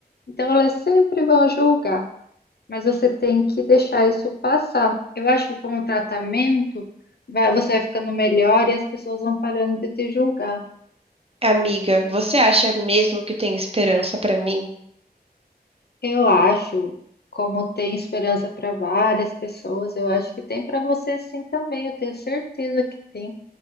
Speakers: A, on the left; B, on the right.
A: Então elas sempre vão julgar. mas você tem que deixar isso passar. Eu acho que com o tratamento vai- você vai ficando melhor e as pessoas vão parando de te julgar.
B: Amiga, você acha mesmo que tem esperança pra mim?
A: Eu acho, como tem esperança para várias pessoas, eu acho que tem para você sim também, eu tenho certeza que tem.